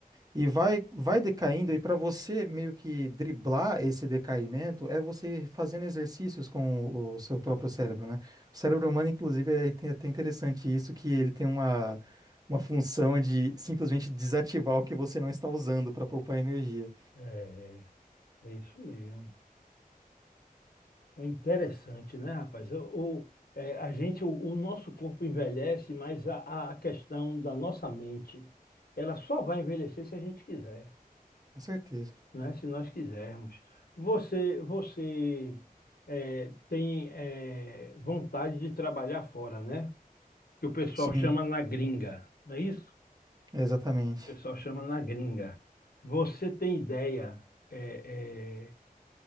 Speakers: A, on the right (about 25°); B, on the left (about 80°).
A: E vai, vai decaindo, e para você meio que driblar esse decaimento, é você fazendo exercícios com o, o seu próprio cérebro, né? O cérebro humano, inclusive, é até até interessante isso, que ele tem uma, uma função de simplesmente desativar o que você não está usando para poupar energia.
B: é, é isso mesmo. É interessante, né, rapaz? O, o- é, a gente, o, o nosso corpo envelhece, mas a, a a questão da nossa mente, ela só vai envelhecer se a gente quiser,
A: Com certeza.
B: né? Se nós quisermos. Você, você é, tem é, vontade de trabalhar fora, né? Que o pessoal
A: Sim,
B: chama na gringa, não é isso?
A: exatamente.
B: O pessoal chama na gringa. Você tem ideia? é, é,